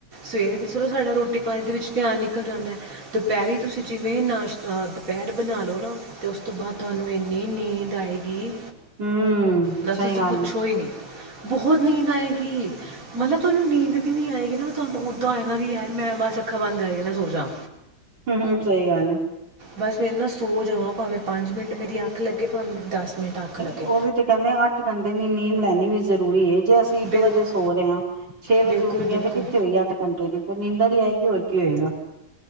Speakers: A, on the right; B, on the right.
A: ਸਵੇਰੇ ਤੇ ਚਲੋ ਸਾਡਾ ਰੋਟੀ ਪਾਣੀ ਦੇ ਵਿੱਚ ਧਿਆਨ ਨਿਕਲ ਜਾਂਦਾ ਦੁਪਹਿਰੀ ਤੁਸੀਂ ਜਿਵੇਂ ਨਾਸ਼ਤਾ ਦੁਪਹਿਰ ਦੁੱਧ ਬਣਾ ਲਓ ਨਾ ਤੇ ਉਸ ਤੋਂ ਬਾਅਦ ਤੁਹਾਨੂੰ ਇੰਨੀ ਨੀਂਦ ਆਏਗੀ।
B: ਹੂੰ
A: ਬੱਸ,
B: ਸਹੀ
A: ਤੁਸੀਂ
B: ਗੱਲ
A: ਪੁੱਛੋ
B: ਹੈ
A: ਹੀ ਨਹੀਂ ਬਹੁਤ ਨੀਂਦ ਆਏਗੀ। ਮਤਲਬ ਤੁਹਾਨੂੰ ਨੀਂਦ ਵੀ ਨਹੀਂ ਆਏਗੀ ਨਾ ਮੈਂ ਤੁਹਾਨੂੰ ਉਦਾਂ ਹੋਏਗਾ ਯਾਰ ਮੈਂ ਬਸ ਅੱਖਾਂ ਬੰਦ ਕਰਕੇ ਨਾ ਸੋ ਜਾਂ।
B: ਹੂੰ ਸਹੀ ਗੱਲ ਹੈ।
A: ਬਸ ਮੈਂ ਨਾ ਸੋ ਜਾਵਾਂ ਭਾਵੇਂ ਪੰਜ ਮਿੰਟ ਮੇਰੀ ਅੱਖ ਲੱਗੇ ਭਾਵੇਂ ਦਸ ਮਿੰਟ ਅੱਖ ਲੱਗੇ
B: ਉਹ ਵੀ ਤੇ ਕਹਿੰਦੇ ਅੱਠ ਘੰਟੇ ਦੀ ਨੀਂਦ ਲੈਣੀ ਵੀ ਜ਼ਰੂਰੀ ਹੈ। ਜੇ ਅਸੀਂ ਇੱਕ
A: ਬਿਲਕੁਲ
B: ਵਜੇ ਸੋ ਰਹੇ ਹਾਂ ਛੇ ਵਜੇ
A: ਬਿਲਕੁਲ
B: ਉੱਠ ਗਏ
A: ਬਿਲਕੁਲ
B: ਤੇ ਕਿੱਥੇ ਹੋਈਏ ਅੱਠ ਘੰਟੇ ਦੀ ਫਿਰ ਨੀਂਦਾ ਨੀ ਆਏਗੀ ਹੋਰ ਕੀ ਹੋਏਗਾ।